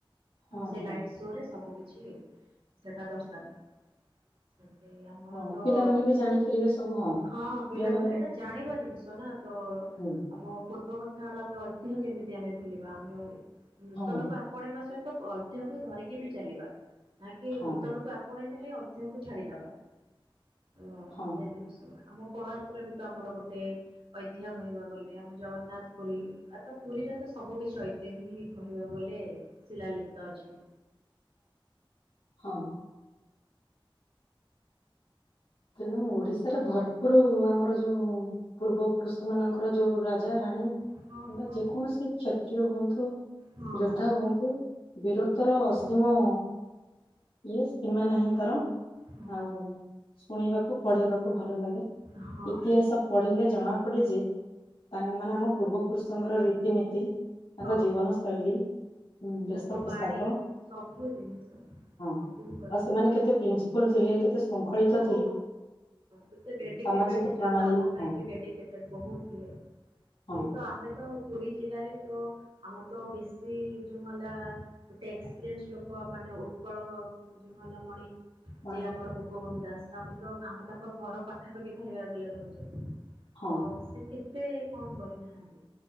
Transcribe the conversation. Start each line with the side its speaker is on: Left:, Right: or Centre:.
Left: ହଁ
Right: ମୁ ସେ ଲାଇଟ୍
Left: ହଁ
Right: ଶୋରେ ସବୁ କିଛି ସେଟା ଦର୍ଶାନ୍ତୁ। ସେତେ ଆମର
Left: ହଁ
Right: ତ
Left: ପିଲାମାନେ ବି ଜାଣିପାରିବେ ସବୁ
Right: ହଁ ପିଲାମାନେ
Left: ଯୋଉମାନେ
Right: ଏଇଟା ଜାଣିବା ଜିନିଷ ନା ତ
Left: ହୁଁ
Right: ଆମ ପୂର୍ବ କ ଥା ଗୁଡ଼ା ଆମେ ଐତିହ୍ୟ କେମିତି ଆମେ ଭୁଲିବା ଆମେ ନୂତନକୁ
Left: ହଁ
Right: ଆ ପଣେଇବା ସହିତ ଐତିହ୍ୟକୁ ଧରିକି ବି ଚାଲିବା ନାକି
Left: ହଁ
Right: ନୂତନକୁ ଆପ ଆପଣେଇ ଦେଲେ ଐତିହ୍ୟକୁ ଛାଡିଦବା ତ
Left: ହଁ
Right: ସେ ଜିନିଷ <unintelligible> ଆମ କୋଣାର୍କରେ ବି ତ ଆମର ଗୋଟେ ଐତିହ୍ୟ କହିବାକୁ ଗଲେ ଆମ ଜଗନ୍ନାଥ ପୁରୀ ଆ ତ ପୁରୀରେ ତ ସବୁ କିିଛି ଐତିହ୍ୟ ହିଁ କହିବାକୁ ଗଲେ ଶିଲା ଲିପ୍ତ ଅଛି।
Left: ହଉ। ତେଣୁ ଓଡିଶାରେ ଭରପୁର ଆମର ଯୋଉ ପୂର୍ବ ପୁରୁଷ ମାନଙ୍କର ଯୋଉ ରା ରାଜା ରାଣୀ କିମ୍ବା
Right: ହଁ ହଁ
Left: ଯେକୌଣସି କ୍ଷତ୍ରୀୟ ହୁଅନ୍ତୁ
Right: ହଁ
Left: ଯୋଦ୍ଧା ହୁଅନ୍ତୁ। ବୀରତ୍ୱର ଅସୀମ
Right: ହଁ
Left: ଇଏ ସୀମା ନାହିଁନ୍ତର
Right: ହଁ
Left: ଆଉ ଶୁଣିବାକୁ ପଢେଇବାକୁ ଭଲ ଲାଗେ
Right: ହଁ
Left: ଇତିହାସ ପଢିଲେ ଜଣା ପଡେ ଯେ ମାନେ ଆମ ପୂର୍ବ ପୁରୁଷଙ୍କର ରୀତିନୀତି ତାଙ୍କ
Right: ହଁ।
Left: ଜୀବନଶୈଳୀ ଉଁ ବେଷ
Right: ତାଙ୍କ
Left: ପୋଷାକ
Right: ବାଣୀ ସବୁ ଜିନିଷ
Left: ହଁ
Right: ସବୁଙ୍କର
Left: ଆଉ ସେମାନେ କେତେ ପିନ ପୁଲ ଥିଲେ କେତେ ଶୁଙ୍ଖଳୀତ
Right: ହଁ କେତେ ଡେଡିକେଟେଡ
Left: ସାମାଜିକ
Right: ନିଜ
Left: ପ୍ରଣାଳୀ
Right: କାମ ପାଇଁ
Left: ହଁ
Right: ବି ଡେଡିକେଟେଡ୍ ବହୁତ ଥିଲେ।
Left: ହଁ
Right: ଏଇ ତ ଆମେ ତ ପୁରୀ ଜିଲ୍ଲାରେ ତ ଆମର ତ ବେଶୀ ଯୋଉ ହେଲା ଗୋଟେ ଏକ୍ସପିରିଏନ୍ସ ଲୋକ ମାନେ ଉତ୍କଳ ଯୋଉ ହେଲା ମଣି
Left: ମା-
Right: ଯେ ଆମର ଗୋପବନ୍ଧୁ ଦାସ ଆମେ ତ ଆମେ ତାଙ୍କ ଘର ପାଖାପାଖି କହିବାକୁ ଗଲେ ରହୁଚୁ।
Left: ହଁ
Right: ତ ସେ କେତେ କଣ କରିନାହାନ୍ତି